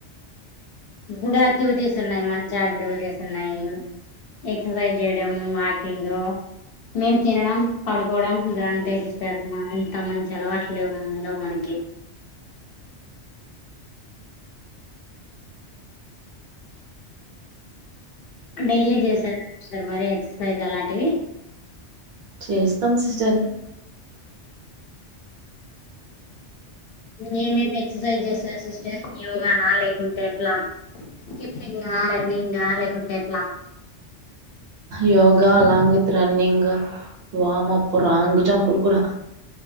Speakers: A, on the left; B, on the right.
A: గుడ్ యాక్టివిటీస్ ఉన్నాయి మంచి యాక్టివిటీస్ ఉన్నాయి ఎక్సర్సైజ్ జేయడమం వాకి కింగు మేము తినడం పడుకోవడం గా అంతే సి <unintelligible> ఇంత మంచి అలవాట్లు లేవ్ ఉండవ్ మనకి డైలీ చేసేరు సార్ మరి ఎక్సర్సైజ్ అలాంటివి
B: చేస్తాం సిస్టర్
A: ఏమేమి ఎక్సర్సైజ్ చేస్తారు సిస్టర్ నా లేకుంటే ఎట్లా స్కిప్పింగా రన్నింగా లేకుంటే ఏట్లా
B: yoga along with running warm up wrong జంప్లు కూడా